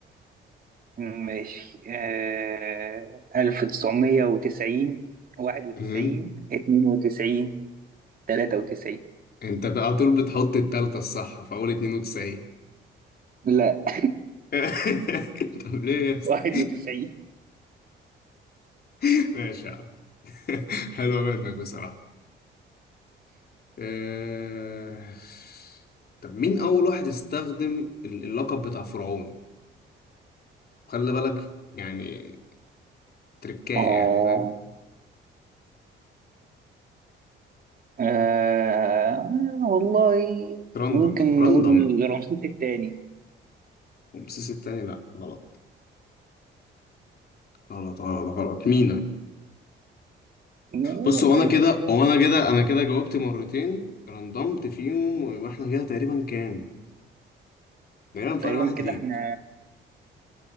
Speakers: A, on the right; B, on the left.
A: ماشي آه 1990 91
B: مم.
A: 92 93
B: انت بقى على طول بتحط التالتة الصح في اول 92
A: لا <laughs>
B: <laughs> طب ليه يا اسطى
A: 91
B: <laughs> ماشي يا عم <laughs> حلوه منك بصراحه آه... طب مين أول واحد استخدم ال- اللقب بتاع فرعون؟ خلي بالك يعني تركاية
A: اه
B: يعني فاهم؟
A: آه، والله
B: راندم
A: ممكن
B: راندم
A: نقول رمسيس الثاني
B: رمسيس التاني لأ غلط غلط غلط غلط مينا
A: لا،
B: بص هو
A: ماشي
B: أنا كده هو أنا كده أنا كده جاوبت مرتين رندمت فيهم ويبقى إحنا كده تقريبا كام؟ تقريبا فرق
A: تقريبا
B: واحد
A: كده
B: ليك
A: احنا